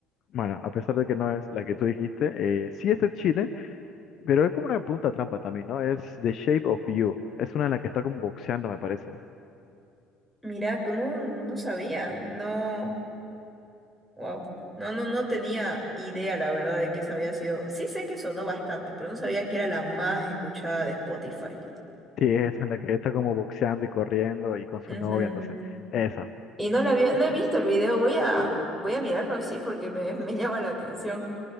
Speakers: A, on the left; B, in the centre.
A: Bueno, a pesar de que no es la que tú dijiste, eh, sí es de Chile, pero es como una pregunta trampa también, ¿no? Es The Shape of You, es una en la que está como boxeando, me parece.
B: Mira, no, no sabía. No, wow. No, no, no tenía idea, la verdad, de que esa había sido. Sí sé que sonó bastante, pero no sabía que era la más escuchada de Spotify.
A: Sí, es en la que está como boxeando y corriendo y con su
B: Ujú.
A: novia, entonces, esa.
B: Y no lo había, no he visto el video, voy a, voy a mirarlo, sí, porque me, <laughs> me llama la atención.